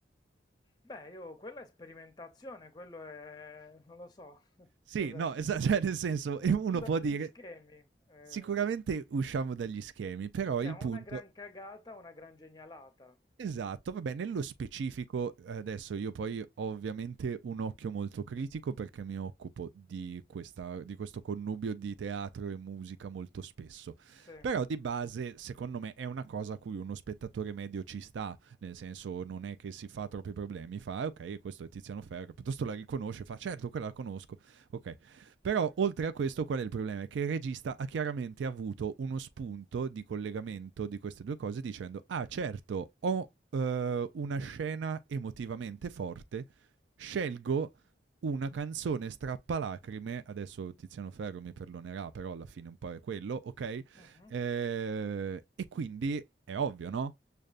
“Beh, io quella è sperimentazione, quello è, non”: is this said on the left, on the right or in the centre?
Left